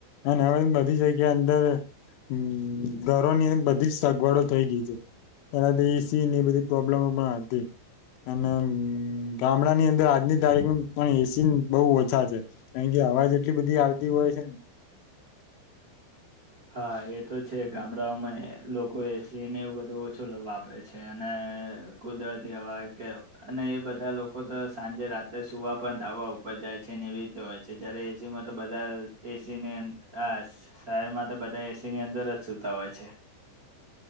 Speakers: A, on the left; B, on the right.
A: અને હવે બ બધી જગ્યા અંદર હમ્મ ઘરોની અંદર બધી જ સગવડો થઈ ગઈ છે. એના તો એ સી ની બધી પ્રોબ્લેમો પણ હતી. અને ગા ગામડાની અંદર આજની તારીખ પણ એ સી બહુ ઓછા છે કારણ કે હવા જ એટલી બધી આવતી હોય છે ને.
B: હા એ તો છે ગામડાઓમાં એ લોકો એસી ને એવ બધું ઓછું વાપરે છે અને કુદરતી હવા કે અને એ બધા લોકો તો શું સાંજે રાત્રે સુવા પણ ધાબા ઉપર જાય છે ને એવી રીતે હોય છે જયારે એ સી માં તો બધા એસી ને ને આ શ શહેરમાં તો બધા એસીની અંદર જ સુતા હોય છે.